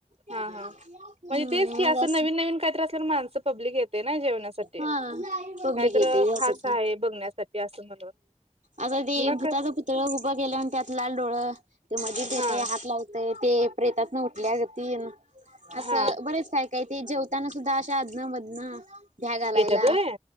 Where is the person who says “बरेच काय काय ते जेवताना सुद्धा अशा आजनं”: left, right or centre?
Right